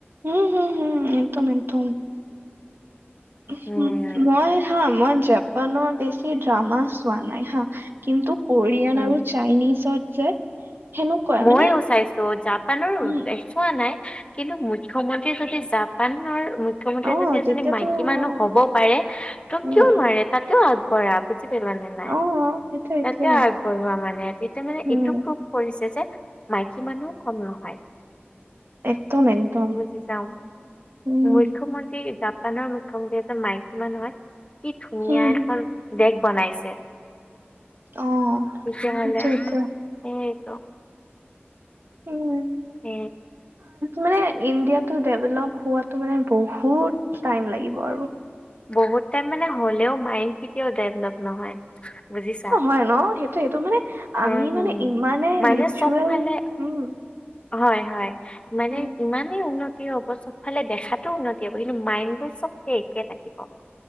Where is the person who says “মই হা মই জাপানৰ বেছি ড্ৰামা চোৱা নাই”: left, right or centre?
Right